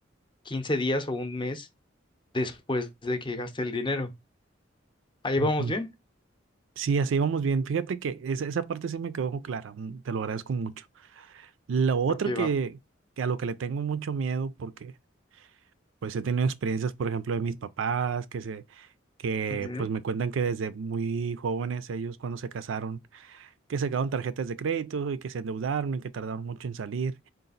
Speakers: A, on the left; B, on the right.
A: 15 días o un mes después de que gasté el dinero. ¿Ahí vamos
B: Ujú.
A: bien?
B: Sí, así vamos bien. Fíjate que esa, esa parte sí me quedó clara. mm, Te lo agradezco mucho. Lo otro
A: Ok,
B: que,
A: va.
B: que a lo que le tengo mucho miedo, porque pues he tenido experiencias, por ejemplo, de mis papás, que se, que
A: Ujú.
B: pues me cuentan que desde muy jóvenes ellos cuando se casaron, que sacaron tarjetas de crédito y que se endeudaron y que tardaron mucho en salir.